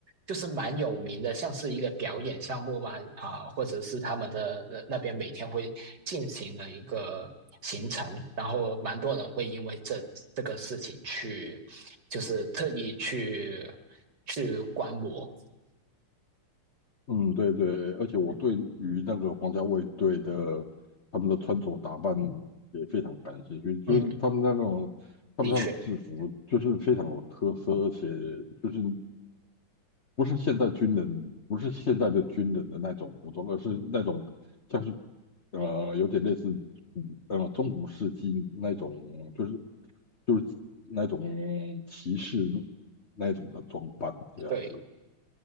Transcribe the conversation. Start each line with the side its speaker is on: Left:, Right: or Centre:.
Right: 就是蛮有名的，像是一个表演项目嘛啊、呃或者是他们的呃那边每天会进行的一个行程，然后蛮多人会因为这这个事情去就是特意去去观摩。
Left: 嗯，对对，而且我对于那个皇家卫队的他们的穿着打扮
Right: 嗯
Left: 也非常感兴趣，就是他们那种他们那个制服就是非常有特色，
Right: 嗯，的确，
Left: 而且就是不是现代军人，不是现代的军人的那种服装，而是那种像是呃有点类似古呃中古世纪那种，就是就是那种骑士那种的装扮这样子，
Right: 对